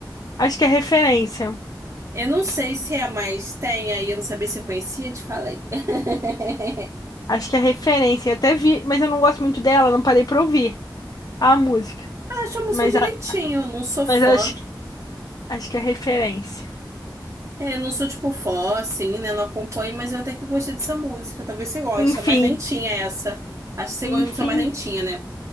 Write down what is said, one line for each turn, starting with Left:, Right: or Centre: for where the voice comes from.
Left: Acho que é referência.
Right: Eu não sei se é, mas tem aí, eu não sabia se eu conhecia, te falei. <laughs>
Left: Acho que é referência. Eu até vi, mas eu não gosto muito dela, não parei pra ouvir a música.
Right: Ah, Acho a música
Left: Mas,
Right: direitinho,
Left: a-
Right: eu não sou fã.
Left: mas acho, que- acho que é referência.
Right: É, eu não sou tipo fã, assim, né? Não acompanho, mas eu até que gostei dessa música. Talvez você goste.
Left: Enfim,
Right: É mais lentinha essa. Acho que você
Left: enfim,
Right: gosta de música mais lentinha, né?